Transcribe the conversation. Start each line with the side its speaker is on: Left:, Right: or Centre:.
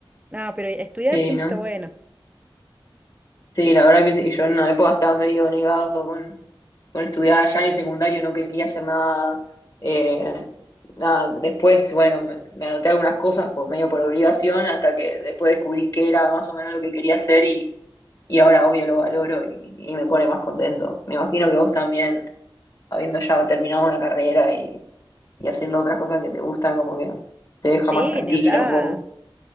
Right: No, pero estudiar
Left: Sí,
Right: siempre
Left: ¿no?
Right: está bueno.
Left: Sí, la verdad que sí, yo en una época estaba medio negado con, con estudiar, ya en el secundario no quería hacer nada, eh, nada. Después, bueno, me, me anoté algunas cosas por medio por obligación hasta que después descubrí qué era más o menos lo que quería hacer y, y ahora obvio lo valoro y, y me pone más contento. Me imagino que vos también, habiendo ya terminado una carrera y, y haciendo otras cosas que te gustan, como que te deja
Right: Sí,
Left: más tranquila
Right: ni hablar.
Left: un poco.